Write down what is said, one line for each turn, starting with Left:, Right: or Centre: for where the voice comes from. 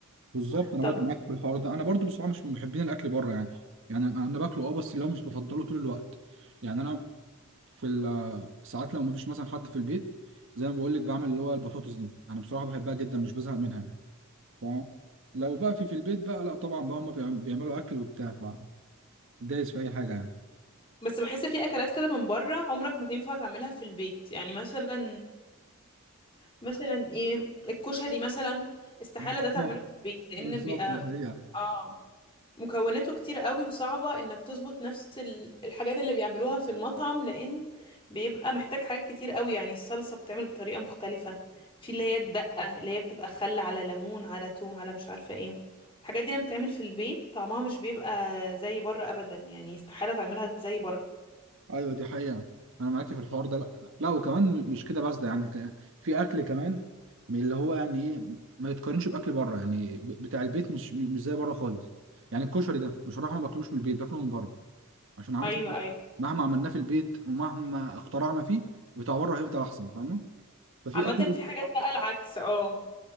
Right: بالظبط انا
Left: طب
Right: برضو معاك في الحوار ده انا برضو بصراحه مش من محبين الاكل بره يعني يعني انا أنا باكله اه بس اللي هو مش بفضله طول الوقت يعني انا في ال- ساعات لو مفيش مثلا حد في البيت زي ما بقول لك بعمل اللي هو البطاطس دي انا بصراحه بحبها جدا مش بزهق منها يعني فاهم لو بقى في في البيت بقى لا طبعا بقى هم بيعملوا اكل وبتاع فدايس في اي حاجه يعني
Left: بس بحس في اكلات كده من بره عمرك ما تنفع تعملها في البيت يعني مثلا مثلا ايه الكشري مثلا استحالة
Right: بالظبط
Left: ده تعمله في البيت لان
Right: بالظبط
Left: بيبقى
Right: ده هي
Left: اه مكوناته كتير قوي وصعبة انك تظبط نفس ال- الحاجات اللي بيعملوها في المطعم لان بيبقى محتاج حاجات كتير قوي يعني الصلصة بتعمل بطريقة مختلفة في اللي هي الدقة اللي هي بتبقى خل على ليمون على توم على مش عارفة ايه الحاجات دي لما بتتعمل في البيت طعمها مش بيبقى زي بره ابدا يعني استحالة تعملها زي بره
Right: ايوه دي حقيقة انا معاكي في الحوار ده لا لا وكمان مش كده بس ده يعني ك- في اكل كمان من اللي هو يعني ايه ما يتقارنش باكل بره يعني ب- بتاع البيت مش مش زي بره خالص يعني الكشري ده بصراحة ما باكلوش من البيت باكله من بره عشان عارف
Left: ايوه
Right: إن
Left: ايوه
Right: مهما عملناه في البيت ومهما اخترعنا فيه بتاع بره هيفضل احسن فاهمة ففي
Left: عامة
Right: اكل
Left: في حاجات بقى العكس اه